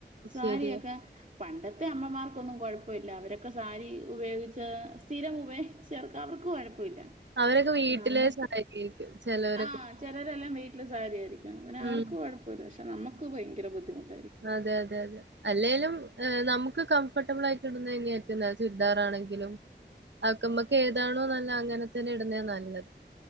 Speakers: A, on the right; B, on the right.
A: സാരിയൊക്കെ
B: ശരിയാ
A: പണ്ടത്തെ അമ്മമാർക്കൊന്നും കുഴപ്പമില്ല അവരെ ക്കെ സാരി ഉപയോഗിച്ച സ്ഥിരം ഉപയോഗിച്ചർക്ക് അവർക്ക് കുഴപ്പമില്ല
B: അവരൊക്കെ
A: പക്ഷെ
B: വീട്ടിലെ
A: നമ്മ
B: സഹായിക്കും ചെലവരൊക്കെ
A: ആ് ചിലരെല്ലാം വീട്ടിൽ സാരിയായിരിക്കും പിന്നെ
B: ഉം
A: അവർക്ക് കുഴപ്പമില്ല പക്ഷെ നമുക്ക് ഭയങ്കര ബുദ്ധിമുട്ട്
B: അതെ അതെ അതെ അല്ലേലും നമുക്ക് കംഫോർട്ടബിൾ ആയിട്ട് ഇടുന്ന തന്നെയ പറ്റുന്ന ചുരിദാറാണെങ്കിലും അക്കമ്പക്ക ഏതാണോ നല്ല അങ്ങനെ തന്നെ ഇടുന്ന നല്ലത്